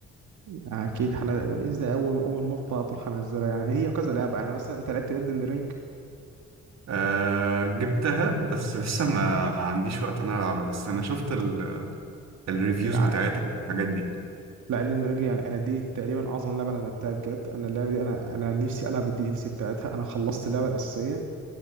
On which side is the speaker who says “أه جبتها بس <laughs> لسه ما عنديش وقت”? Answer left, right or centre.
Right